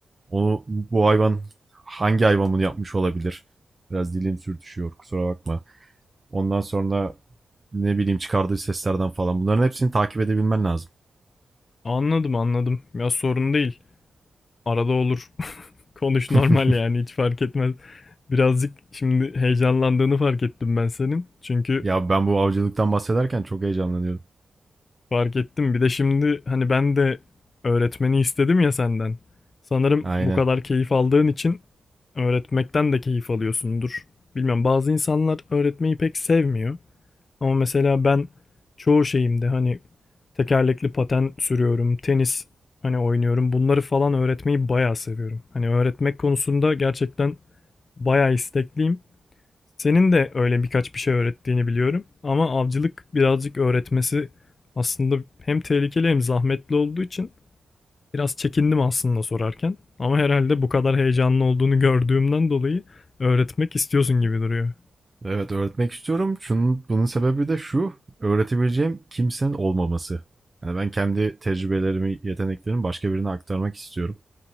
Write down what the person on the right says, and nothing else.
Onu bu hayvan hangi hayvan bunu yapmış olabilir? Biraz dilim sürtüşüyor kusura bakma. Ondan sonra ne bileyim çıkardığı seslerden falan bunların hepsini takip edebilmen lazım.
<laughs>
ya ben bu avcılıktan bahsederken çok heyecanlanıyorum.
Aynen.
Evet öğretmek istiyorum. Şunun, bunun sebebi de şu. Öğretebileceğim kimsenin olmaması. Yani ben kendi tecrübelerimi, yeteneklerimi başka birine aktarmak istiyorum.